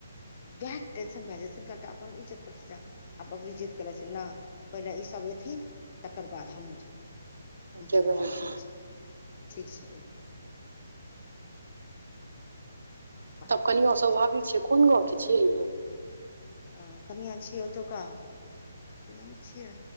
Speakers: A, on the left; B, on the right.
A: वैह टेंशन भए जाइ छै कनिटा, अपन इज्जत प्रतिष्ठा आ बबली जिद करै छै ना पहिले ई सब अएथिन तकर बाद हमहुँ जेबै, हम
B: जेबै
A: कहलियै हँ
B: अहाँ
A: ठीक छै। ठीक छै। बड़ा
B: तब
A: बढ़िआँ
B: कनियो
A: छै
B: स्वाभाविक छै, कोन गाँंव के छियै यै
A: आ कनिआ छियै ओतुका, की नाम छियै।